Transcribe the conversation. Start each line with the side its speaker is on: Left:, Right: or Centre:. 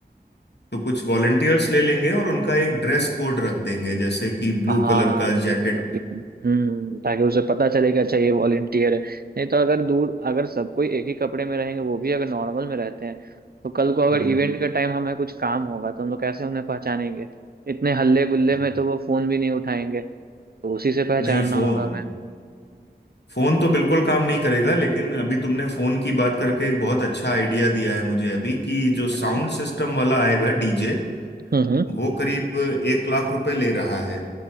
Left: तो कुछ वॉलंटियर्स ले लेंगे और उनका एक ड्रेस
Right: है
Left: कोड रख देंगे जैसे कि ब्लू
Right: हाँ
Left: कलर का
Right: ये
Left: जैकेट
Right: सब भी। हम्म ताकि उसे पता चले कि अच्छा ये वॉलंटियर है नहीं तो अगर दूर अगर सब कोई एक ही कपड़े में रहेंगे वो भी अगर नॉर्मल में रहते हैं तो कल को अगर
Left: हम्म
Right: इवेंट का टाइम हमें कुछ काम होगा तो हम लोग कैसे उन्हें पहचानेंगे इतने हल्ले गुल्ले
Left: हाँ,
Right: में तो वो फोन भी नहीं उठाएंगे तो उसी से पहचानना
Left: नहीं फोन
Right: होगा हमें
Left: फोन तो बिल्कुल काम नहीं करेगा लेकिन अभी तुमने फोन की बात करके एक बहुत अच्छा आइडिया दिया है मुझे अभी कि जो
Right: हम्म
Left: साउंड सिस्टम वाला आएगा डीजे
Right: हम्म, हम्म,
Left: वो करीब एक लाख रुपए ले रहा है